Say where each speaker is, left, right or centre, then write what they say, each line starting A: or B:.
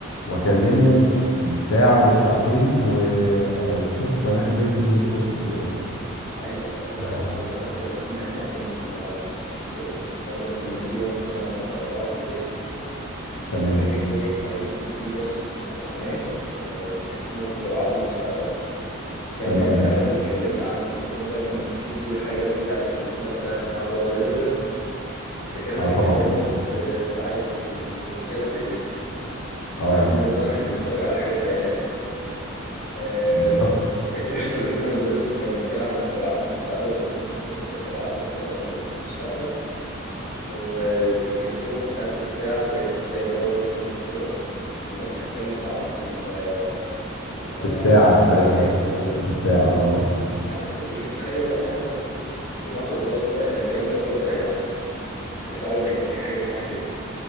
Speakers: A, on the left; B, on the left.
A: واكلمه بالساعه والساعتين واشوفه كمان فيديو صوت وصوره
B: عايز عايز أقول
A: ف-
B: لحضرتك إن إحنا كنا أنا كنت بدرس إنجليزي وأنا في سنة رابعة ابتدائي
A: تمام
B: انا فاكر كويس قوي ان في درس كنا خدناه آه، اسمه اختراعات المستقبل كان
A: تمام
B: وقتها بيكلمنا عن التليفون ده كان في حاجة بتيجي على التلفزيون وقتها اسمها باور رينجرز فكانوا
A: اه
B: بيتكلموا
A: طبعا
B: في الساعات اللي ماسكينها في ايديهم
A: اه
B: فاحنا بالنسبة لنا احنا بنتفرج على حاجة خيال علمي آه،
A: بالظبط
B: الدرس اللي كنا بندرسه كان بيتكلم عن اختراعات المستقبل بيقول ان من ضمن الاختراعات اللي هتبقى موجودة في المستقبل هو آه، تليفون قد الساعة زي زي باور رينجرز كده والناس هتكلم بعض في ال ال-
A: في الساعه
B: الساعة
A: بتاعتها
B: دي
A: بتتكلم في الساعه اه
B: انا ما كنتش متخيل وقتها واحنا م- بناخد الدرس ده ان الكلام ده بجد هيحصل وان فعلا هيبقى في حاجة اسمها كده